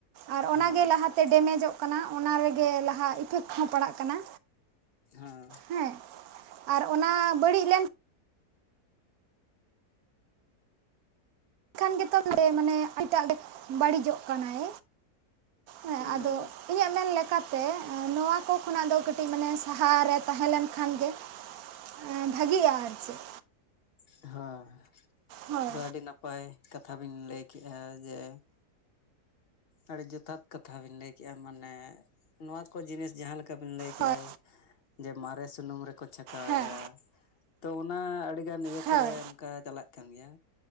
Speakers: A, on the right; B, on the left.
A: ᱟᱨ
B: ᱦᱮᱸ
A: ᱚᱱᱟᱜᱮ
B: ᱦᱮᱸ
A: ᱞᱟᱦᱟᱛᱮ ᱰᱮᱢᱮᱡᱚᱜ ᱠᱟᱱᱟ ᱚᱱᱟ ᱨᱮᱜᱮ ᱞᱟᱦᱟ ᱤᱯᱷᱮᱠᱴ ᱦᱚᱸ ᱯᱟᱲᱟᱜ ᱠᱟᱱᱟ᱾
B: ᱦᱩᱸ
A: ᱦᱮᱸ ᱟᱨ ᱚᱱᱟ ᱵᱟᱹᱲᱤᱡ ᱞᱮᱱ ᱠᱷᱟᱱ ᱜᱮᱛᱚ ᱢᱟᱱᱮ ᱮᱴᱟᱜ ᱜᱮ ᱵᱟᱹᱲᱤᱡᱚᱜ ᱠᱟᱱᱟᱭ᱾ ᱦᱮᱸ
B: ᱦᱩᱸ
A: ᱟᱫᱚ ᱤᱧᱟᱹᱜ ᱢᱮᱱ ᱞᱮᱠᱟᱛᱮ ᱱᱚᱣᱟ ᱠᱚ ᱠᱷᱚᱱᱟᱜ ᱫᱚ ᱠᱟᱹᱴᱤᱡ ᱢᱟᱱᱮ ᱥᱟᱦᱟ ᱦᱟᱨᱮ ᱛᱟᱦᱮᱸ ᱞᱮᱱ ᱠᱷᱟᱱ ᱜᱮ ᱮᱸ ᱵᱷᱟᱹᱜᱤᱜᱼᱟ ᱟᱨ ᱪᱮᱫ?
B: ᱦᱮᱸ
A: ᱦᱳᱭ
B: ᱟᱫᱚ ᱟᱹᱰᱤ ᱱᱟᱯᱟᱭ ᱠᱟᱛᱷᱟ ᱵᱤᱱ ᱞᱟᱹᱭ ᱠᱮᱜᱼᱟ ᱡᱮ ᱟᱹᱰᱤ ᱡᱚᱛᱷᱟᱛ ᱠᱟᱛᱷᱟ ᱵᱤᱱ ᱞᱟᱹᱭᱠᱮᱜᱼᱟ ᱢᱟᱱᱮ ᱱᱚᱣᱟᱠᱚ ᱡᱤᱱᱤᱥ ᱡᱟᱦᱟᱸᱞᱮᱠᱟ ᱵᱤᱱ ᱞᱟᱹᱭᱠᱮᱜᱼᱟ᱾
A: ᱦᱳᱭ
B: ᱡᱮ ᱢᱟᱨᱮ ᱥᱩᱱᱩᱢ ᱨᱮᱠᱚ ᱪᱷᱟᱠᱟᱣᱮᱜ-ᱟ
A: ᱦᱮᱸ
B: ᱛᱚ ᱚᱱᱟ ᱟᱹᱰᱤ ᱜᱟᱱ ᱤᱭᱟᱹ
A: ᱦᱳᱭ
B: ᱠᱚᱨᱮ ᱚᱱᱠᱟ ᱪᱟᱞᱟᱜ ᱠᱟᱱ ᱜᱮᱭᱟ,